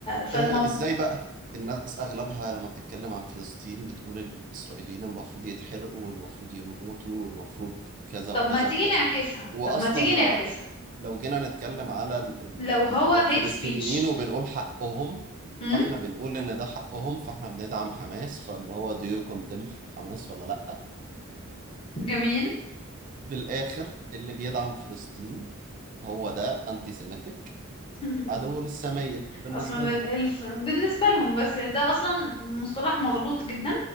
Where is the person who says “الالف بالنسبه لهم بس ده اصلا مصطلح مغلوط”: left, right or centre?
Left